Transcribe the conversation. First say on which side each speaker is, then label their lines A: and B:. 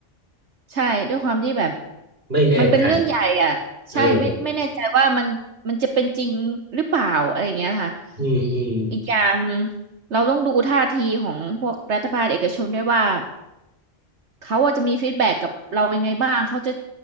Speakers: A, on the right; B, on the right.
A: ใช่ด้วยความที่แบบ
B: ไม่แน่ใจ
A: มันเป็นเรื่องใหญ่อ่ะใช่ไม่ไม่แน่ใจว่ามันมันจะเป็นจริงหรือเปล่าอะไรอย่างเงี้ยค่ะ
B: เอออืมอืม
A: อีกอย่างเราต้องดูท่าทีของพวกรัฐบาลเอกชนด้วยว่าเขาอาจจะมีฟีดแบ็กกับเรายังไงบ้างเขาจะ